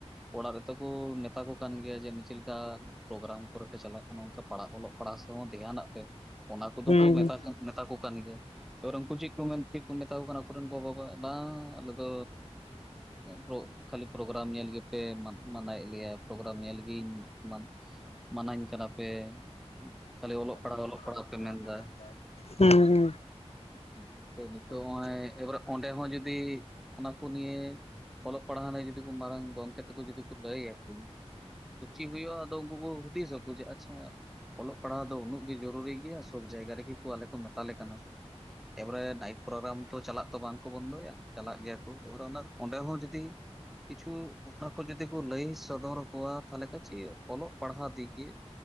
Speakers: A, in the centre; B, on the left (about 70°).
A: ᱚᱲᱟᱜ ᱨᱮᱛᱚ ᱠᱚ ᱢᱮᱛᱟ ᱠᱚ ᱠᱟᱱ ᱜᱮᱭᱟ ᱡᱮ ᱪᱮᱫ ᱞᱮᱠᱟ ᱯᱨᱳᱜᱨᱟᱢ ᱠᱚᱨᱮ ᱯᱮ ᱪᱟᱞᱟᱜ ᱠᱟᱱᱟ ᱚᱱᱠᱟ ᱯᱟᱲᱦᱟᱜ ᱚᱞᱚᱜ ᱯᱟᱲᱦᱟᱣ ᱥᱮ ᱦᱚᱸ ᱫᱷᱮᱭᱟᱱᱟᱜ ᱯᱮ, ᱚᱱᱟ ᱠᱚᱫᱚ
B: ᱦᱩᱸ
A: ᱠᱚ ᱢᱮᱛᱟ ᱠᱩ ᱢᱮᱛᱟ ᱠᱚ ᱠᱟᱱ ᱜᱮᱭᱟ ᱾ ᱯᱟᱨ ᱩᱱᱠᱩ ᱪᱮᱫ ᱠᱚ ᱢᱮᱱ ᱪᱮᱫ ᱠᱚ ᱢᱮᱛᱟ ᱠᱚ ᱠᱟᱱᱟ ᱟᱠᱚ ᱨᱮᱱ ᱜᱚ ᱵᱟᱵᱟ ᱵᱟᱝ ᱟᱞᱮᱫᱚ ᱯᱨᱚ ᱠᱷᱟᱹᱞᱤ ᱯᱚᱨᱚᱜᱮᱨᱟᱢ ᱧᱮᱞ ᱜᱮᱯᱮ ᱢᱟ ᱢᱟᱱᱟᱣᱮᱫ ᱞᱮᱭᱟ, ᱯᱚᱨᱚᱜᱮᱨᱟᱢ ᱧᱮᱞ ᱜᱤ ᱢᱟᱱ ᱢᱟᱱᱟᱧ ᱠᱟᱱᱟ ᱯᱮ ᱾ ᱠᱷᱟᱹᱞᱤ ᱚᱞᱚᱜ ᱯᱟᱲᱦᱟᱜ ᱚᱞᱚᱜ ᱯᱟᱲᱦᱟᱜ ᱯᱮ ᱢᱮᱱᱫᱟ
B: ᱦᱩᱸ ᱦᱩᱸ
A: ᱾ ᱦᱩᱸ ᱛᱚ ᱱᱤᱛᱚᱜ ᱱᱚᱜᱼᱚᱭ ᱮᱵᱟᱨᱮ ᱚᱸᱰᱮ ᱦᱚᱸ ᱡᱩᱫᱤ ᱚᱱᱟ ᱠᱚ ᱱᱤᱭᱮ ᱚᱞᱚᱜ ᱯᱟᱲᱦᱟᱣ ᱨᱮ ᱡᱩᱫᱤ ᱠᱚ ᱢᱟᱨᱟᱝ ᱜᱚᱝᱠᱮ ᱛᱟᱠᱚ ᱡᱩᱫᱤ ᱠᱚ ᱞᱟᱹᱭᱟ ᱠᱩ ᱪᱤᱫ ᱦᱩᱭᱩᱜᱼᱟ ᱟᱫᱚ ᱩᱱᱠᱩ ᱠᱚ ᱦᱩᱫᱤᱥ ᱟᱠᱚ ᱡᱮ ᱟᱪᱪᱷᱟ ᱚᱞᱚᱜ ᱯᱟᱲᱦᱟᱜ ᱫᱚ ᱩᱱᱟᱹᱜ ᱜᱮ ᱡᱚᱨᱩᱨᱤ ᱜᱮᱭᱟ ᱥᱚᱵ ᱡᱟᱭᱜᱟ ᱨᱮ ᱜᱮ ᱠᱚ ᱟᱞᱮ ᱠᱚ ᱢᱮᱛᱟ ᱞᱮ ᱠᱟᱱᱟ ᱾ ᱮᱵᱟᱨᱮ ᱱᱟᱭᱤᱴ ᱯᱨᱳᱜᱨᱟᱢ ᱛᱚ ᱪᱟᱞᱟᱜ ᱛᱚ ᱵᱟᱝᱠᱚ ᱵᱚᱱᱫᱚᱭᱟ ᱾ ᱪᱟᱞᱟᱜ ᱜᱮᱭᱟ ᱠᱚ ᱚᱸᱰᱮ ᱦᱚᱸ ᱡᱩᱫᱤ ᱠᱤᱪᱷᱩ ᱚᱱᱟ ᱠᱚ ᱡᱩᱫᱤ ᱠᱚ ᱞᱟᱹᱭ ᱥᱚᱫᱚᱨ ᱟᱠᱚᱣᱟ, ᱛᱟᱦᱚᱞᱮ ᱠᱷᱟᱡ ᱪᱮᱫ ᱦᱩᱭᱩᱜᱟ ᱚᱞᱚᱜ ᱯᱟᱲᱦᱟᱣ ᱫᱤᱠ ᱫᱤᱭᱮ